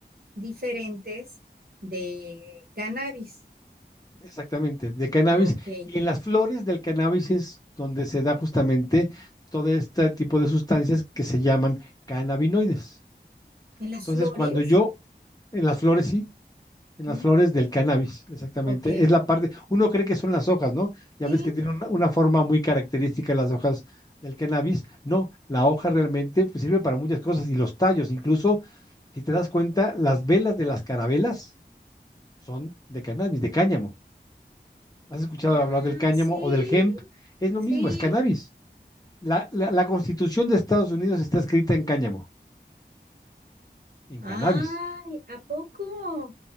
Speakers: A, on the right; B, on the left.
A: diferentes de cannabis.
B: exactamente, de cannabis.
A: Ok.
B: Y en las flores del cannabis es donde se da justamente todo este tipo de sustancias que se llaman cannabinoides.
A: ¿En las
B: Entonces,
A: flores?
B: cuando yo En las flores, sí. En las
A: Mm,
B: flores del cannabis, exactamente.
A: ok.
B: Es la parte, uno cree que son las hojas, ¿no? Ya
A: Sí.
B: ves que tiene una, una forma muy característica las hojas del cannabis. No, la hoja realmente pues, sirve para muchas cosas y los tallos, incluso, si te das cuenta, las velas de las carabelas son de cannabis, de cáñamo. ¿Has escuchado
A: Ah,
B: hablar del cáñamo
A: sí.
B: o del hemp? Es lo
A: Sí.
B: mismo, es cannabis. La, la, la Constitución de Estados Unidos está escrita en cáñamo, en
A: Ay,
B: cannabis.
A: ¿a poco?